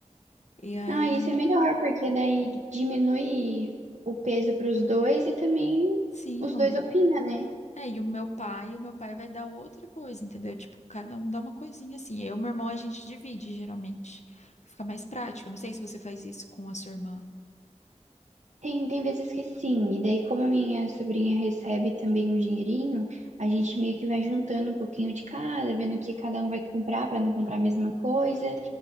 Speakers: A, on the left (about 70°); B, on the right (about 70°).
A: E aí,
B: Ah, isso é melhor, porque daí diminui o peso para os dois e também
A: sim,
B: os
A: o-
B: dois opinam, né?
A: é, e o meu pai, o meu pai vai dar outra coisa, entendeu? Tipo, cada um dá uma coisinha assim. Eu e meu irmão a gente divide geralmente. Fica mais prático. Eu Não sei se você faz isso com a sua irmã.
B: Tem, tem vezes que sim, e daí como a minha sobrinha recebe também um dinheirinho, a gente meio que vai juntando um pouquinho de cada, vendo o que cada um vai comprar para não comprar a mesma coisa.